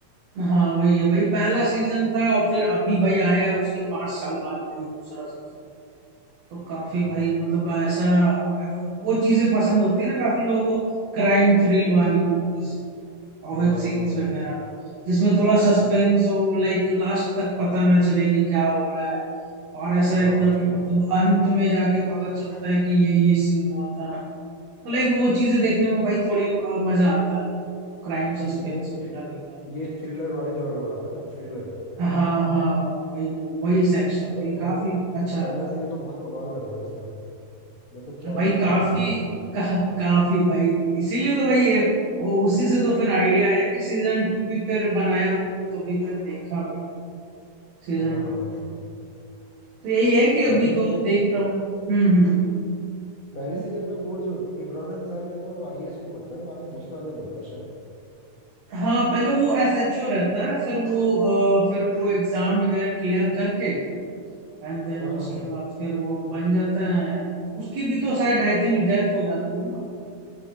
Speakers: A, on the right; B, on the left.
A: हाँ वही है भाई पहला सीजन था और फिर अभी भाई आया है उसके पांच साल बाद भाई दूसरा सीजन तो काफी
B: हाँ
A: भाई मतलब ऐसा वो, वो चीजें पसंद होती है ना काफी लोगों को क्राइम थ्रिल वाली मूवीज और
B: हाँ
A: वेब सीरीज
B: सही बात
A: वगैरह
B: है
A: जिसमें थोड़ा सस्पेंस
B: हम्म,
A: हो लाइक लास्ट तक पता ना चले कि क्या हो रहा है और ऐसा
B: हाँ
A: एकदम
B: थ्रिलर
A: मतलब अंत में जाके पता चलता है कि ये ये सीन हुआ था तो लाइक वो चीजें देखने में भाई थोड़ी अ, मजा आता है क्राइम सस्पेंस
B: ये
A: वगैरह
B: थ्रि,
A: देखने में
B: ये थ्रिलर वाले जॉनर में आता है ना थ्रिलर
A: हाँ हाँ हाँ वही वो वही सेक्शन भाई
B: अरे पहला
A: काफी अच्छा रहता
B: पहला सीजन तो बहुत कमाल का था भाई इसका मतलब क्या
A: है भाई
B: ही जबरदस्त
A: काफी
B: सीजन था
A: का, काफी भाई इसीलिए तो भाई ये और उसी से तो फिर आइडिया आया कि सीजन टू भी फिर बनाया उन्होंने तो भी फिर देखा भाई सीजन
B: हाँ हाँ हाँ
A: टू तो यही है कि अभी
B: पहले
A: तो
B: सीजन
A: देख रहा हूँ हम्म हम्म हम्म, बोलिए
B: पहले सीजन में वो जो इमरान अंसारी रहता है वो आईएएस नहीं बनता ना बाद में दूसरे वाले में बनता है शायद
A: हाँ पहले वो एसएचओ रहता है फिर वो अ, फिर वो एग्जाम वगैरह क्लियर करके एंड देन
B: हाँ
A: उसके
B: हाँ हाँ
A: बाद फिर वो बन जाता है उसकी भी तो शायद आई थिंक डेथ हो जाती है